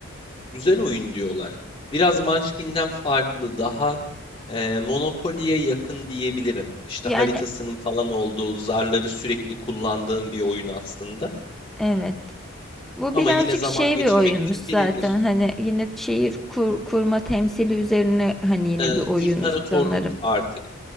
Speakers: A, on the left (about 25°); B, in the centre.
A: Güzel oyun diyorlar. Biraz Munchkin'den farklı, daha e, Monopoly'ye yakın diyebilirim. İşte
B: Yani
A: haritasının falan olduğu, zarları sürekli kullandığım bir oyun aslında.
B: evet. Bu
A: Ama
B: birazcık
A: yine zaman
B: şey
A: geçirmek
B: bir oyunmuş
A: için
B: zaten.
A: birebir.
B: Hani yine şehir kur- kurma temsili üzerine hani yine
A: Ee,
B: bir oyunmuş
A: imparatorluk
B: sanırım.
A: artık.